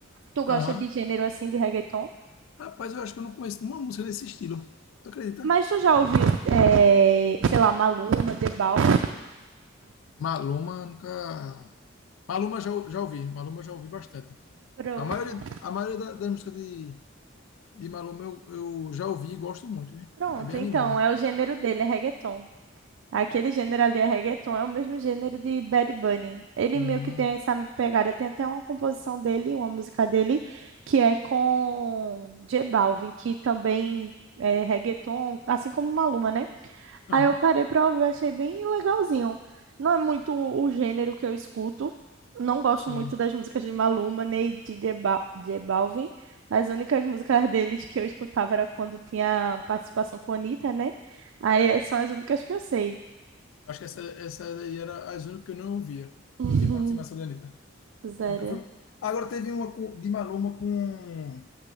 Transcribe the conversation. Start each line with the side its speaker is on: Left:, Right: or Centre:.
Right: Tu gosta
Left: Aham.
Right: de gênero assim de reggaeton?
Left: Rapaz, eu acho que eu não conheço nenhuma música desse estilo. Tu acredita?
Right: Mas tu já ouviu, eh, sei lá, Maluma, The Balvin?
Left: Maluma nunca. Maluma já, já ouvi, Maluma já ouvi bastante.
Right: Pronto.
Left: A maioria, a maioria da, das músicas de, de Maluma eu, eu já ouvi e gosto muito, né?
Right: Pronto,
Left: É bem
Right: então,
Left: animada.
Right: é o gênero dele, é reggaeton. Aquele gênero ali é reggaeton, é o mesmo gênero de Bad Bunny. Ele
Left: Hum,
Right: meio que tem essa pegada, tem até uma composição dele, uma música dele, que é com J Balvin, que também é reggaeton, assim como Maluma, né?
Left: aham,
Right: Aí eu parei pra ouvir, achei bem legalzinho. Não é muito o gênero que eu escuto. Não gosto
Left: sim.
Right: muito das músicas de Maluma, nem de J Ba- J Balvin. As únicas músicas deles que eu escutava era quando tinha participação com a Anitta, né? Aí as- são as únicas que eu sei. <laughs>
Left: Acho que essa, essa daí era a única que eu não ouvia,
Right: Uhum,
Left: que tinha participação da Anitta.
Right: Sério.
Left: Nunca foi. Agora teve uma com- de Maluma com.